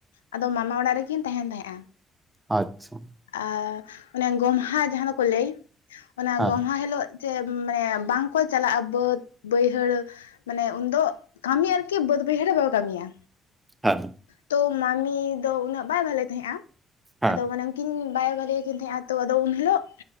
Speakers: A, on the left (about 85°); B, on the right (about 15°).
A: ᱟᱫᱚ ᱢᱟᱢᱟ ᱚᱲᱟᱜ ᱨᱮᱠᱤᱱ ᱛᱟᱦᱮᱱ ᱛᱟᱦᱮᱸᱜᱼᱟ᱾
B: ᱟᱪᱪᱷᱟ᱾
A: ᱟᱨ ᱚᱱᱮ ᱜᱚᱢᱦᱟ ᱡᱟᱦᱟᱸ ᱫᱚᱠᱚ ᱞᱟᱹᱭ ᱚᱱᱟ
B: ᱦᱮᱸ
A: ᱜᱚᱢᱦᱟ ᱦᱤᱞᱳᱜ ᱡᱮ ᱢᱟᱱᱮ ᱵᱟᱝᱠᱚ ᱪᱟᱞᱟᱜᱼᱟ ᱵᱟᱹᱫᱽ ᱵᱟᱹᱭᱦᱟᱹᱲ ᱢᱟᱱᱮ ᱩᱱᱫᱚ ᱠᱟᱹᱢᱤ ᱟᱨᱠᱤ ᱵᱟᱹᱫ ᱵᱟᱹᱭᱦᱟᱹᱲ ᱨᱮ ᱵᱟᱠᱚ ᱠᱟᱹᱢᱤᱭᱟ᱾
B: ᱦᱮᱸ᱾
A: ᱛᱚ ᱢᱟᱢᱤ ᱫᱚ ᱩᱱᱟᱹᱜ ᱵᱟᱭ ᱵᱷᱟᱞᱮ ᱛᱟᱦᱮᱸᱜᱼᱟ
B: ᱦᱮᱸ
A: ᱟᱫᱚ ᱢᱟᱱᱮ ᱠᱤᱱ ᱵᱟᱭ ᱵᱷᱟᱞᱮᱭᱟ ᱠᱤᱱ ᱛᱟᱦᱮᱸᱜᱼᱟ ᱛᱚ ᱟᱫᱚ ᱦᱤᱞᱳᱜ